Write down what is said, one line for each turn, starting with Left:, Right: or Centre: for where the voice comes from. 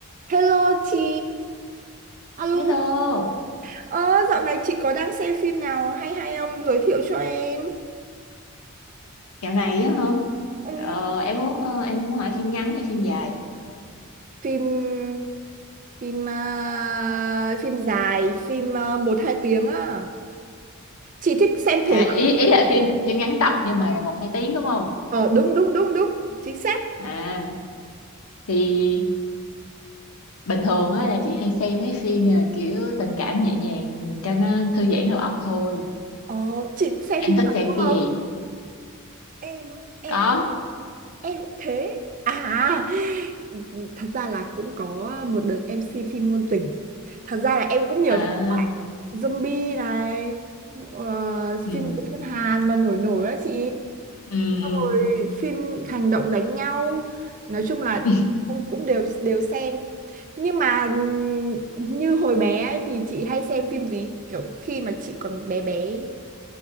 Right: Hello chị, alo.
Left: Hello,
Right: Ờ, dạo này chị có đang xem phim nào hay hay không? Giới thiệu cho em.
Left: dạo này á hả?
Right: Ừ,
Left: Ờ, em muốn ờ, em muốn hỏi phim ngắn hay phim dài?
Right: phim phim à, phim dài, phim uh, một hai tiếng á. Chị thích xem
Left: À
Right: thể loại.
Left: ý ý là phim phim ngắn tập nhưng mà là một hai tiếng đúng không?
Right: Ờ đúng đúng đúng đúng, chính xác.
Left: À thì bình thường á là chị hay xem mấy phim ờ, kiểu tình cảm nhẹ nhàng cho nó thư giãn đầu óc thôi.
Right: Ờ chị xem
Left: Em
Right: phim
Left: thích
Right: Hàn
Left: xem
Right: Quốc
Left: cái
Right: không?
Left: gì?
Right: Em á, em
Left: Có.
Right: em cũng thế. À, thật ra là cũng có một đợt em xem phim ngôn tình. Thật ra là em cũng nhiều
Left: À
Right: zombie này ờ, phim
Left: ừ
Right: phim Hàn mà nổi nổi á chị
Left: ừ
Right: xong
Left: ừ.
Right: rồi phim hành động đánh nhau nói chung là
Left: <laughs>
Right: em cũng đều đều xem nhưng mà ừm, như hồi bé ấy, thì chị hay xem phim gì kiểu khi mà chị còn bé bé